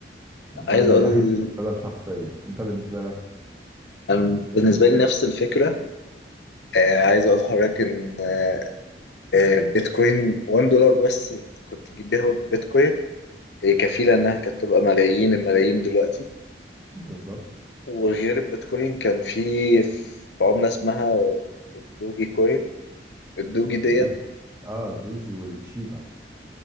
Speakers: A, on the right; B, on the left.
A: ده
B: عايز
A: من
B: اقول
A: ناحية استفادة شخصية أنت بالنسبة لك
B: أنا بالنسبه لي نفس الفكره آه، عايز اقول لحضرتك ان آه، آه، بيتكوين 1 دولار بس كنت تجيب بيها بيتكوين هي كفيله انها كانت تبقى ملايين الملايين دلوقتي
A: بالظبط
B: وغير البيتكوين كان في في عمله اسمها الدوجي كوين الدوجي ديت
A: الدوجي اه الدوجي والشيبا